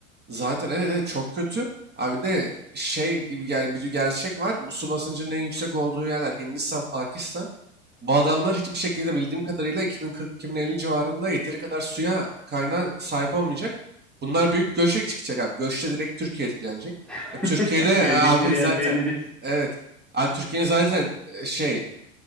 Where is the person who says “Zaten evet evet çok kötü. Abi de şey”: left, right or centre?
Right